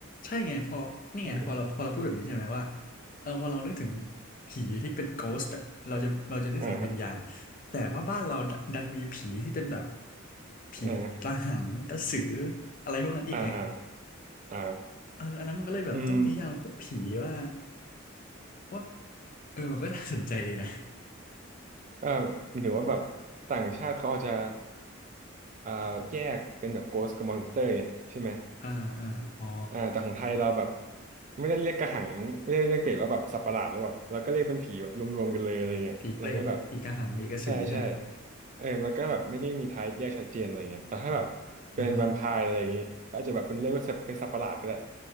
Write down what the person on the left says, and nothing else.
ใช่ไงพอนี่ไงพอเราพอเราพูดแบบนี้ใช่ไหมว่า
เออพอเรานึกถึงผีที่เป็น ghost อะเราจะเราจะนึกถึงวิญญาณ
แต่ว่าบ้านเราดดันมีผีที่เป็นแบบผีกระหังกระสือ
อะไรพวกนั้นอีกไง
เอออันนั้นมันก็เลยแบบต้องนิยามพวกผีว่า
ว่าเออมันก็น่าสนใจดีนะ
<laughs> อ่าอ่าอ๋อ
ผีเปรตผีกระหังผีกระสือใช่ไหม
อ่าฮะ